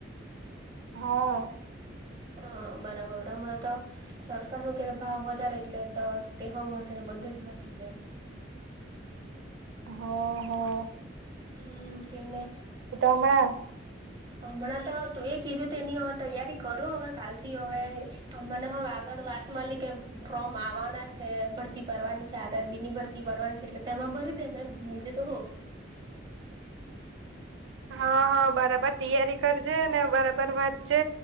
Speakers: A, on the right; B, on the right.
A: હા.
B: હા બરાબર હમણાં તો સરકાર ન ક ભાવ વધારે એટલે તો તેહો વધારે બધું જ વધી જાય.
A: હા હા.
B: હમ કેને
A: હમણાં
B: હમણાં તો તું એ કીધું તેની હવે તૈયારી કરું હવે કાલથી હવે <unintelligible> આગળ વાત મળ કે ફ્રોમ આવવાના છે. ભરતી પરની છે આધર બી ની ભરતી પરની છે એટલે તેમાં ભરી દેમ એમ બીજું તો હું.
A: હા હ બરાબર તિયારી કરજે ને બરાબર વાંચજે.